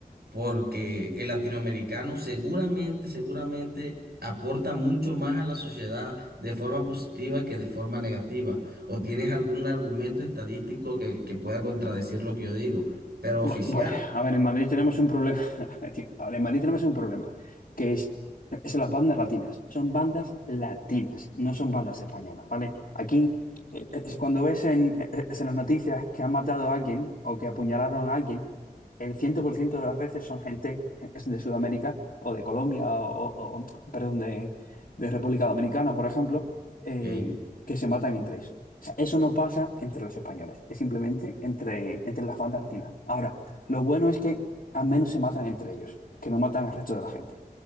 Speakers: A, on the right (about 85°); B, on the left (about 65°).
A: porque el latinoamericano seguramente, seguramente aporta mucho más a la sociedad de forma positiva que de forma negativa. ¿O tienes algún argumento estadístico que, que pueda contradecir lo que yo digo? Pero
B: Bu-
A: oficial,
B: Bueno, a ver, en Madrid tenemos un problema. <laughs> A ver, tío, a ver, en Madrid tenemos un problema, que es, es las bandas latinas. Son bandas latinas, no son bandas españolas, ¿vale? Aquí, eh, es cuando ves en, eh, es en las noticias que han matado a alguien o que apuñalaron a alguien, el 100% de las veces son gente eh, es de Sudamérica o de Colombia o, o- o- perdón, de, de República Dominicana, por ejemplo, eh,
A: ¿ok?
B: que se matan entre ellos. O sea, eso no pasa entre los españoles, es simplemente entre, entre las bandas latinas. Ahora, lo bueno es que al menos se matan entre ellos, que no matan al resto de la gente.